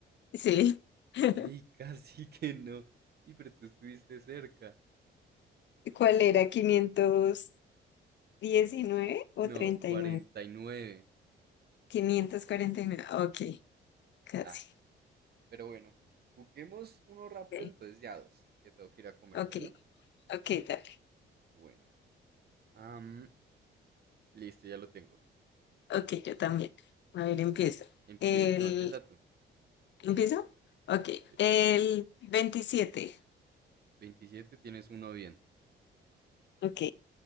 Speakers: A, on the left (about 65°); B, on the right (about 55°).
A: sí. <laughs>
B: Uy, casi que no. Y pero tú estuviste cerca.
A: ¿Cuál era? Quinientos diecinueve o
B: No,
A: treinta
B: cuarenta
A: y nueve
B: y nueve
A: quinientos cuarenta y nueve Ok, casi.
B: Ah, pero bueno. Juguemos uno rápido,
A: Ok,
B: entonces ya dos. Que tengo que ir a comer.
A: ok,
B: Bueno.
A: ok, dale.
B: Bueno, Am, listo, ya lo tengo.
A: Ok, yo también. A ver, empiezo.
B: Empieza,
A: El...
B: no, empieza tú.
A: ¿Empiezo? Ok,
B: Sí,
A: el veintisiete
B: 27 tienes uno bien.
A: Ok,